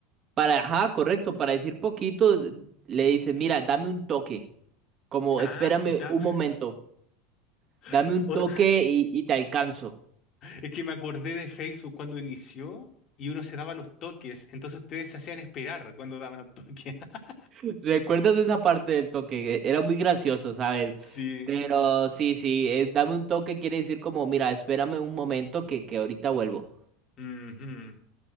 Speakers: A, on the right; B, on the left.
A: para, ajá, correcto, para decir poquito, le dices, mira, dame un toque, como
B: Ah,
A: espérame
B: dame.
A: un momento, dame
B: <laughs>
A: un
B: o-
A: toque y, y te alcanzo.
B: Es que me acordé de Facebook cuando inició y uno se daba los toques, entonces ustedes se hacían esperar cuando daban los toques. <laughs>
A: <laughs> ¿Recuerdas esa parte del toque? E- Era muy gracioso, ¿sabes?
B: Sí.
A: Pero sí, sí, es, dame un toque quiere decir como, mira, espérame un momento que, que ahorita vuelvo.
B: Ujú.